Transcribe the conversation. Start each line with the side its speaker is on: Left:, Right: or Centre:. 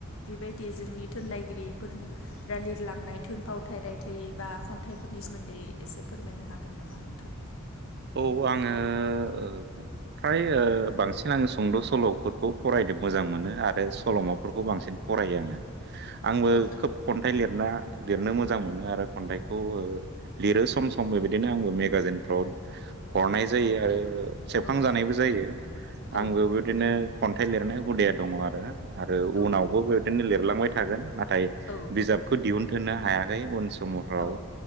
Left: बेबायदि जोंनि थुनलाइगिरिफोर रा लिरलांनाय थुनफावथाय रायथाइ बा खन्थाइफोरनि सोमोन्दै एसे फोरमायनो हागोन नामा नोंथां
Right: औ आङो ओ फ्राय ओ बांसिन आङो सुंद' सल'फोरखौ फराय नो मोजां मोनो आरो सल'माफोरखौ
Left: औ
Right: बांसिन फरायो आङो आंबो
Left: औ
Right: खोब खन्थाइ लिरना लिरनो मोजां मोजां मोनो आरो खन्थाइखौ ओ लिरो सम सम बेबायदिनो आंबो मेगाजिनफ्राव हरनाय जायो आरो सेबखांजानायबो
Left: औ
Right: जायो
Left: औ
Right: आंबो बेदिनो खन्थाइ लिरनाय हुदाया दङ आरो आरो
Left: औ
Right: उनावबो बेदिनो लिरलांबाय थागोन नाथाय
Left: औ
Right: बिजाबखौ दिहुनथनो हायाखै उन सम फ्राव
Left: औ